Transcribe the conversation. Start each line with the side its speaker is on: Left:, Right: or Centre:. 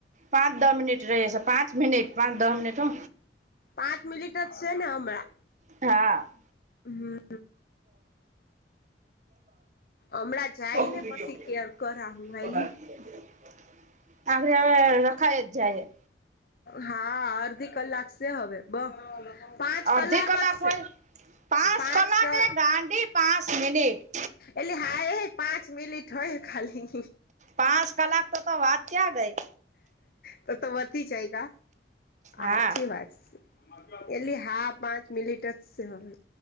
Right: પાંચ દહ મિનિટ રેય સે. પાંચ મિનિટ. પાંચ દહ મિનિટ હો.
Left: પાંચ મિલિટ જ સે ને હમણાં?
Right: હા <unintelligible>
Left: હમ હમણાં જાય
Right: <unintelligible> તો <unintelligible>
Left: ને પછી કેર કરા હું હાલની
Right: આકળ હવે રખાય જ જાય.
Left: હા અડધી કલાક. હવે બઉ પાંચ
Right: અડધી
Left: કલાક જ
Right: હોય
Left: છે, પાંચ
Right: કલાક
Left: ક
Right: એ ગાંડી પાંચ મિનિટ.
Left: એટલે હાય પાંચ મિલીટ <unintelligible> ખાલી
Right: પાંચ કલાક તો તો વાત કયાં ગઈ?
Left: તો તો વધી જાય <unintelligible>
Right: હા
Left: એલી હા પાંચ મિલીટ જ સે હવે.